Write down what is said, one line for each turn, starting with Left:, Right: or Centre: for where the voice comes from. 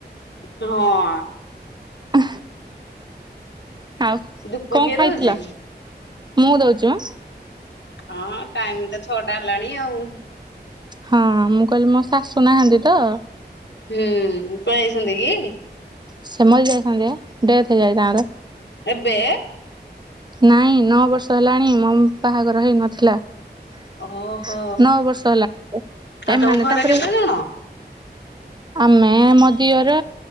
Left: ହଁ।
Right: ଅ ଆଉ
Left: ଧୂପ
Right: କଣ
Left: କିଏ
Right: ଖାଇଥିଲା
Left: ଦଉଛି?
Right: ମୁଁ ଦଉଛିୁ।
Left: ହଁ ଟାଇମ ତ ଛଅ ଟା ହେଲାଣି ଆଉ।
Right: ହଁ ମୁଁ କହିଲି ମୋ ଶାଶୁ ନାହାନ୍ତି ତ
Left: ହୁଁ ପାଇସଛନ୍ତି କି?
Right: ସେ ମରି ଯାଇଥାନ୍ତି ପା ଡେଥ ହେଇଯାଇଛି ତାଙ୍କର
Left: ଏବେ?
Right: ନାଇଁ ନଅ ବର୍ଷ ହେଲାଣି ମୋ ବାହାଘର ହେଇ ନଥିଲା ।
Left: ଓହୋ
Right: ନଅ ବର୍ଷ ହେଲା
Left: ଆଉ
Right: ଏମାନେ
Left: ତମ ଘରେ
Right: ତାପରେ
Left: କେତେ ଜଣ?
Right: ଆମେ ମୋ ଦିଅର